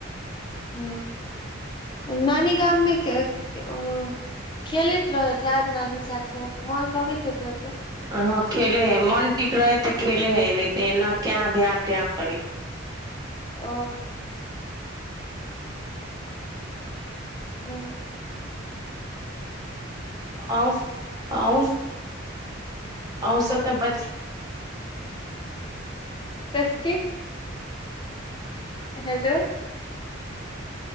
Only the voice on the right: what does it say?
हँ खेले हइ मन ठीक रहै तऽ खेले हय नहि तऽ एना कें भें टें करै
अहूँ अहूँ अहूँ सभ तऽ बच्चे